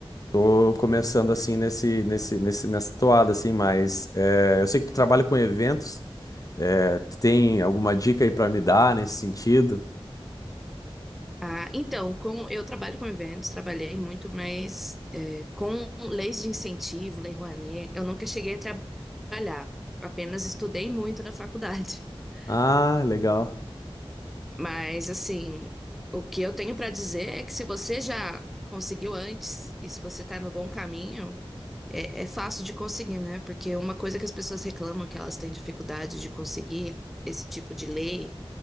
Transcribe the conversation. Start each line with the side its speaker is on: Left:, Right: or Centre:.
Left: Tô começando assim nesse, nesse, nesse, nessa toada, assim, mas é, eu sei que tu trabalha com eventos. É, tu tem alguma dica aí pra me dar nesse sentido?
Centre: Ah, então, com, eu trabalho com eventos, trabalhei muito, mas é, com leis de incentivo, Lei Rouanet, eu nunca cheguei a trabalhar. Apenas estudei muito na faculdade. <laughs>
Left: Ah, legal.
Centre: Mas, assim, o que eu tenho para dizer é que se você já conseguiu antes e se você está no bom caminho, É, é fácil de conseguir, né? Porque uma coisa que as pessoas reclamam que elas têm dificuldade de conseguir esse tipo de lei